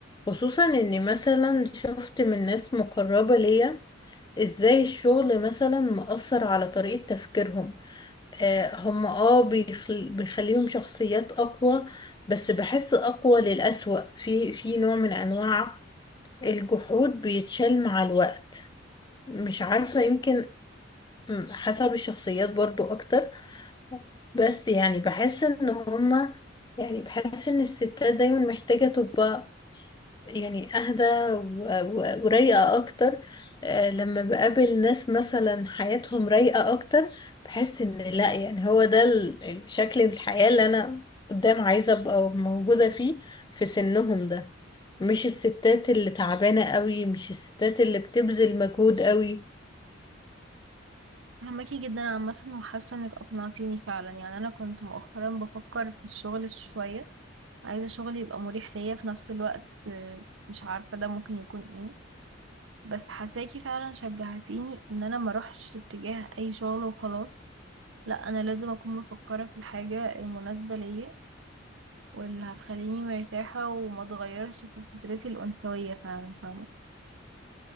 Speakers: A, on the left (about 20°); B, on the right (about 70°).
A: خصوصا اني مثلا شفت من ناس مقربة ليا ازاي الشغل مثلا مأثر على طريقة تفكيرهم آه هم اه بيخل... بيخليهم شخصيات اقوى بس بحس اقوى للأسوأ في في نوع من انواع الجحود بيتشال مع الوقت مش عارفة يمكن م، حسب الشخصيات برضو اكتر بس يعني بحس ان هما يعني بحس ان الستات دايما محتاجة تبقى يعني اهدى و- و- ورايقة اكتر آه، لما بقابل ناس مثلا حياتهم رايقة اكتر بحس ان لا يعني هو ده ال- الشكل الحياة اللي انا قدام عايزة ابقى موجودة فيه في سنهم ده مش الستات اللي تعبانة قوي مش الستات اللي بتبذل مجهود قوي
B: فهماكي جدا عامة وحاسة انك اقنعتيني فعلا يعني انا كنت مؤخرا بفكر في الشغل شوية عايزة شغل يبقى مريح ليا في نفس الوقت آه، مش عارفة ده ممكن يكون ايه بس حساكي فعلا شجعتيني ان انا ما اروحش اتجاه اي شغل وخلاص لا انا لازم اكون مفكره في الحاجه المناسبه ليا واللي هتخليني مرتاحه وما اتغيرش في فطرتي الانثويه فعلا فاهمه